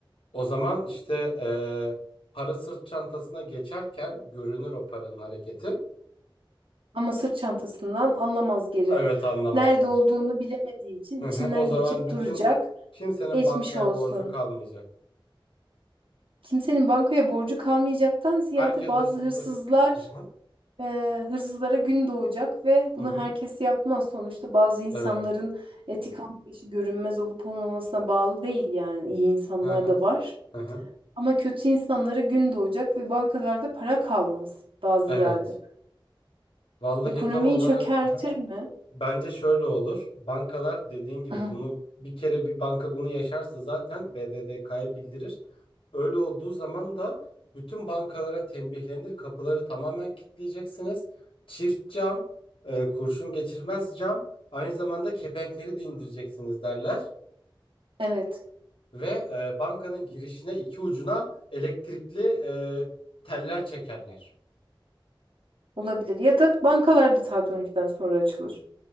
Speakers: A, on the left; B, on the right.
A: O zaman işte eee, para sırt çantasına geçerken görünür o paranın hareketi.
B: ama sırt çantasından anlamaz geri.
A: Evet anlamazlar.
B: Nerede olduğunu bilemediği için
A: Hı
B: içinden
A: hı. O zaman
B: geçip
A: bütün
B: duracak.
A: kimsenin
B: Geçmiş
A: bankaya
B: olsun.
A: borcu kalmayacak.
B: Kimsenin bankaya borcu kalmayacaktan ziyade
A: Herkes
B: bazı
A: hırsızlık.
B: hırsızlar
A: Hı hı.
B: e, hırsızlara gün doğacak ve
A: Hı
B: bunu
A: hı.
B: herkes yapmaz. Sonuçta bazı insanların
A: Evet.
B: etik anlayışı görünmez olup olmamasına bağlı değil yani iyi insanlar
A: Hı hı.
B: da var.
A: Hı hı.
B: Ama kötü insanlara gün doğacak ve bankalarda para kalmaz daha ziyade.
A: Evet. Vallahi
B: Ekonomiyi
A: tam olarak
B: çökertir
A: hı.
B: mi?
A: Bence şöyle olur. Bankalar dediğin gibi
B: <clears throat>
A: bunu bir kere bir banka bunu yaşarsa zaten BDDK'ya bildirir. Öyle olduğu zaman da bütün bankalara tembihlenir. Kapıları tamamen kilitleyeceksiniz. Çift cam, e, kurşun geçirmez cam, aynı zamanda kepenkleri de indireceksiniz derler.
B: Evet,
A: ve e, bankanın girişine iki ucuna elektrikli e, teller çekerler.
B: olabilir. Ya da bankalar da saat 12'den sonra açılır.